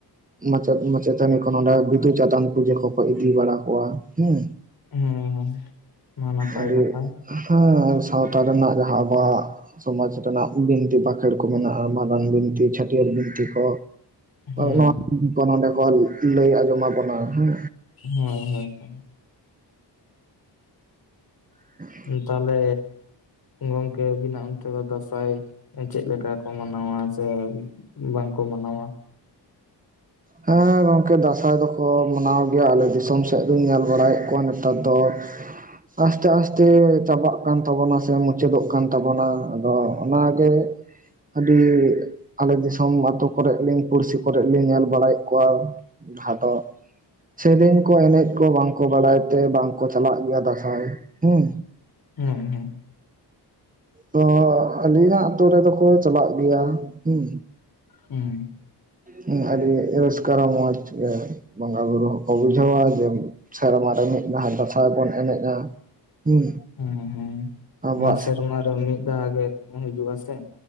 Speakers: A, on the right (about 20°); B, on the left (about 55°).
A: ᱢᱟᱪᱮᱛ ᱢᱟᱪᱮᱛᱟᱹᱱᱤ ᱠᱚ ᱱᱚᱰᱮ ᱵᱤᱫᱩ ᱪᱟᱸᱫᱟᱱ ᱯᱩᱡᱟᱹ ᱠᱚᱠᱚ ᱤᱫᱤ ᱵᱟᱲᱟ ᱠᱚᱣᱟ ᱦᱩᱸ
B: ᱦᱮᱸ ᱢᱟ ᱱᱟᱯᱟᱭ
A: ᱟᱹᱰᱤ
B: ᱠᱟᱛᱷᱟ
A: ᱦᱮᱸ ᱥᱟᱶᱛᱟ ᱨᱮᱱᱟᱜ ᱡᱟᱦᱟᱸ ᱟᱵᱚᱣᱟᱜ ᱥᱚᱢᱟᱡᱽ ᱨᱮᱱᱟᱜ ᱵᱤᱱᱛᱤ ᱵᱟᱠᱷᱮᱸ ᱵᱟᱠᱷᱮᱸᱲ ᱠᱚ ᱢᱮᱱᱟᱜᱼᱟ ᱢᱟᱨᱟᱝ ᱵᱤᱱᱛᱤ ᱪᱷᱟᱹᱴᱭᱟᱹᱨ ᱵᱤᱱᱛᱤ ᱠᱚ
B: ᱦᱮᱸ
A: ᱱᱚᱣᱟ ᱠᱚ ᱱᱚᱰᱮ ᱠᱷᱚᱱ ᱞᱟᱹᱭ ᱟᱸᱡᱚᱢᱟ ᱵᱚᱱᱟ ᱦᱮᱸ
B: ᱦᱳᱭ ᱦᱳᱭ ᱦᱳᱭ
A: <inaudible>
B: ᱛᱟᱦᱚᱞᱮ ᱜᱚᱝᱠᱮ ᱟᱵᱤᱱᱟᱜ ᱚᱱᱛᱮ ᱫᱚ ᱫᱟᱸᱥᱟᱭ ᱪᱮᱫ ᱞᱮᱠᱟ ᱠᱚ ᱢᱟᱱᱟᱣᱟ ᱥᱮ ᱵᱟᱝᱠᱚ ᱢᱟᱱᱟᱣᱟ
A: ᱦᱮᱸ ᱜᱚᱝᱠᱮ ᱫᱟᱸᱥᱟᱭ ᱫᱚᱠᱚ ᱢᱟᱱᱟᱣ ᱜᱮᱭᱟ ᱟᱞᱮ ᱫᱤᱥᱚᱢ ᱥᱮᱫ ᱫᱚᱧ ᱧᱮᱞ ᱵᱟᱲᱟᱭᱮᱫ ᱠᱚᱣᱟ ᱱᱮᱛᱟᱨ ᱫᱚ ᱟᱥᱛᱮ ᱟᱥᱛᱮ ᱪᱟᱵᱟᱜ ᱠᱟᱱ ᱛᱟᱵᱚᱱᱟ ᱥᱮ ᱢᱩ ᱢᱩᱪᱟᱹᱫᱚᱜ ᱠᱟᱱ ᱛᱟᱵᱚᱱᱟ ᱟᱫᱚ ᱚᱱᱟᱜᱮ ᱟᱹᱰᱤ ᱟᱞᱮ ᱫᱤᱥᱚᱢ ᱟᱛᱩ ᱠᱚᱨᱮ ᱞᱤᱧ ᱯᱩᱲᱥᱤ ᱠᱚᱨᱮ ᱞᱤᱧ ᱧᱮᱞ ᱵᱟᱲᱟᱭᱮᱫ ᱠᱚᱣᱟ ᱡᱟᱦᱟᱸ ᱫᱚ ᱥᱮᱨᱮᱧ ᱠᱚ ᱮᱱᱮᱡ ᱠᱚ ᱵᱟᱝ ᱠᱚ ᱵᱟᱲᱟᱭ ᱛᱮ ᱵᱟᱝ ᱠᱚ ᱪᱟᱞᱟᱜ ᱜᱮᱭᱟ ᱫᱟᱸᱥᱟᱭ ᱦᱮᱸ
B: ᱦᱮᱸ ᱦᱮᱸ
A: ᱛᱚ ᱟᱹᱞᱤᱧᱟᱜ ᱟᱛᱳ ᱨᱮᱫᱚ ᱠᱚ ᱪᱟᱞᱟᱜ ᱜᱮᱭᱟ ᱦᱮᱸ
B: ᱦᱮᱸ
A: ᱦᱮᱸ ᱟᱹᱰᱤ ᱨᱟ. ᱥᱠᱟ. ᱨᱚᱢᱚᱡᱽ ᱜᱮ ᱵᱚᱸᱜᱟ ᱵᱩᱨᱩ ᱦᱚᱸ ᱠᱚ ᱵᱩᱡᱷᱟᱹᱣᱟ ᱡᱮ ᱥᱮᱨᱢᱟ ᱨᱮ ᱢᱤᱫ ᱫᱷᱟᱣ ᱫᱟᱸᱥᱟᱭ ᱵᱚᱱ ᱮᱱᱮᱡᱼᱟ᱾ ᱦᱮᱸ
B: ᱦᱮᱸ ᱦᱮᱸ
A: ᱟᱵᱚᱣᱟᱜ
B: ᱚᱱᱟ ᱥᱮᱨᱢᱟ ᱨᱮ ᱢᱤᱫ ᱫᱷᱟᱣ ᱜᱮ ᱦᱤᱡᱩᱜ ᱟᱥᱮ᱾